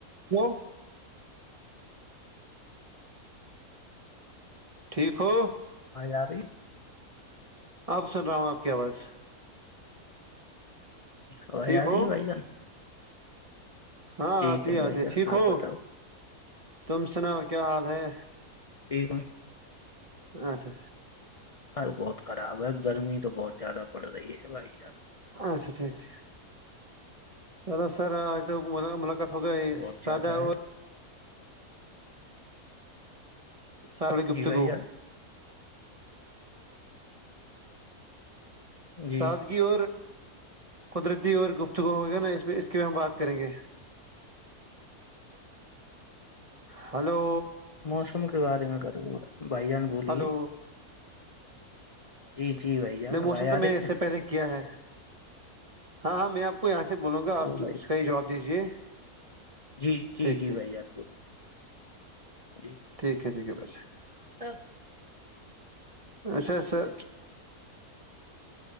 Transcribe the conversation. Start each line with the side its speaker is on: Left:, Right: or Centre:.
Right: ہ <unintelligible> ٹھیک ہو
Left: ہاں جا رہی ہے
Right: آپ سنو آپ کی آواز
Left: آواز
Right: ٹھیک
Left: آ
Right: ہو
Left: رہی ہے بھائی جان
Right: ہاں
Left: ٹھیک
Right: آتی
Left: ہے
Right: ہی
Left: بھائی
Right: آتی
Left: جان
Right: ٹھیک
Left: آپ
Right: ہو
Left: بتاؤ
Right: تم سنا کیا حال ہے
Left: ٹھیک ہو
Right: اچھا اچھا
Left: ار بہت خراب ہے گرمی تو بہت زیادہ پڑ رہی ہے بھائی جان
Right: اچھا ٹھا ٹھ چلو سر آج تو کات ہو گئی
Left: بہت
Right: سدہ
Left: زیادہ
Right: اور
Left: ہے
Right: سارڑ گپتگو
Left: جی بھائی جان جی
Right: سادگی اور قدرتی اور گفتگو ہوگیا نا اس میں اس کی بھی ہم بات کریں گے ہلو
Left: موسم کے بارے میں کروںا بھائی جان بولیے
Right: ہلو
Left: جی جی بھائی جان
Right: نہیں
Left: آواز
Right: موسم
Left: آ
Right: تو میں
Left: رہی
Right: اس
Left: ہے
Right: سے پہلے کیا ہے ہاں ہاں میں آپ کو یہاں سے بولوں گا
Left: تو
Right: آپ
Left: بھائی
Right: اس
Left: جان
Right: کا ہی جواب دیجیے
Left: جی جی
Right: ٹھیک
Left: جی
Right: ٹھیک
Left: بھائی جان بولیے جی
Right: ٹھیک ہے ٹھیک ہے ب اچھا سر